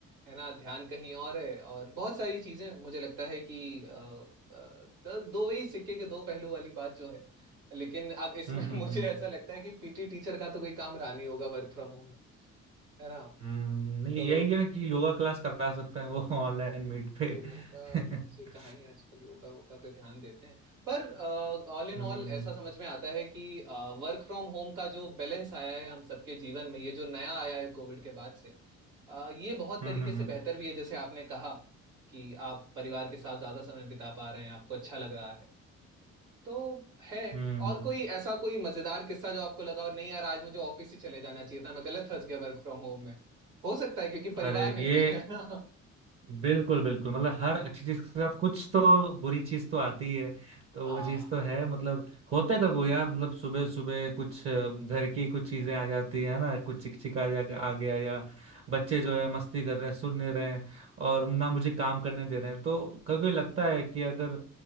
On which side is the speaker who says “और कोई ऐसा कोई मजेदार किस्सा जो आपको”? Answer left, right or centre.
Right